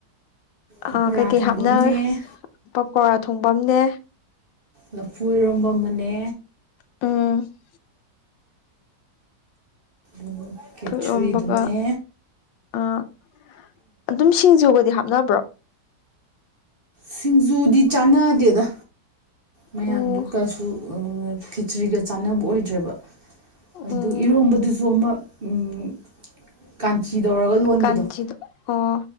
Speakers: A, on the left (about 90°); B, on the right (about 30°).
A: ꯑꯥ
B: ꯄꯀꯣꯔꯥ
A: ꯀꯩꯀꯩ
B: ꯊꯣꯡꯕ
A: ꯍꯥꯞꯅ
B: ꯑꯃꯅꯦ
A: ꯄꯀꯧꯔꯥ ꯊꯣꯡꯕꯑꯝꯅꯦ
B: ꯂꯐꯨ ꯏꯔꯣꯝꯕ ꯑꯃꯅꯦ
A: ꯆꯝꯐꯨꯠ
B: ꯑꯗꯨꯒ ꯀꯦꯆ꯭ꯔꯤꯗꯨꯝꯅꯦ
A: ꯏꯔꯣꯝꯕꯒ ꯑꯥ ꯑꯗꯨꯝ ꯁꯤꯡꯖꯨꯒꯗꯤ ꯍꯥꯞꯅꯕ꯭ꯔꯣ
B: ꯁꯤꯡꯖꯨꯗꯤ ꯆꯥꯟꯅꯗꯦꯗ ꯃꯌꯥꯝꯗꯨ
A: ꯑꯣ
B: ꯀꯩꯁꯨ ꯈꯦꯆ꯭ꯔꯤꯒ ꯆꯥꯟꯅꯕ ꯑꯣꯏꯗ꯭ꯔꯦꯕ ꯑꯗꯨ
A: ꯎꯝ
B: ꯏꯔꯣꯝꯕꯗꯨꯁꯨ ꯑꯃ ꯎꯝ ꯀꯥꯟꯆꯤ ꯇꯧꯔꯒ ꯂꯣꯟꯕꯗꯣ
A: ꯀꯥꯟꯆꯤꯗꯣ ꯑꯣ